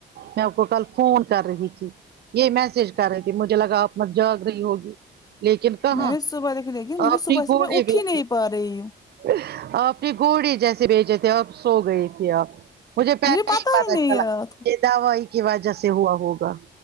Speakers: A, on the right; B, on the left.
A: میں آپ کو کل فون کر رہی تھی ج یہی میسج کر رہی تھی مجھے لگا آپ مت جاگ رہی ہوگی لیکن کہاں
B: میں نے صبح دیکھی لیکن مجھے
A: آپ
B: صبح
A: <unintelligible>
B: سے میں اٹھ ہی نہیں پا رہی ہوں
A: آپ نے گوڑی جیسے بھیجے تھے اب سو گئی تھی اب مجھے پہلے
B: پتا
A: ہی بات
B: نہیں
A: اچھا
B: ہے
A: لگ
B: رات کو
A: دوائی کی وجہ سے ہوا ہوگا